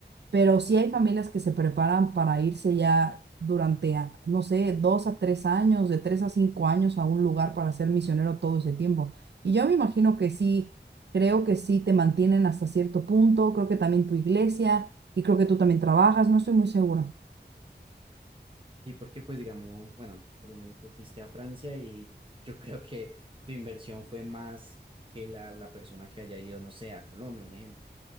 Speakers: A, on the right; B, on the right.
A: pero sí hay familias que se preparan para irse ya durante, a- no sé, dos a tres años, de tres a cinco años a un lugar para ser misionero todo ese tiempo. Y yo me imagino que sí, creo que sí te mantienen hasta cierto punto, creo que también tu iglesia y creo que tú también trabajas, no estoy muy segura.
B: Sí, porque pues digamos, bueno, por lo menos te fuiste a Francia y yo <laughs> creo que tu inversión fue más que la, la persona que haya ido, no sé, a Colombia, un ejemplo.